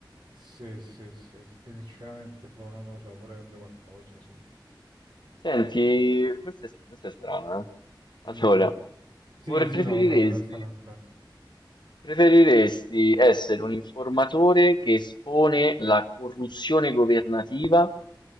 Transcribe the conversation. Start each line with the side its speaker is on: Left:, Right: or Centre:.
Right: sì, sì, sì, che sinceramente boh, non lo so, vorrei cambiare qualcosa, sì.
Left: Senti,
Right: Ok.
Left: questa è, questa è strana, eh?
Right: Mhm.
Left: Allora,
Right: Sì,
Left: vorre-
Right: sì,
Left: preferiresti,
Right: no, lo so, ce ne stanno.
Left: preferiresti essere un informatore che espone la corruzione governativa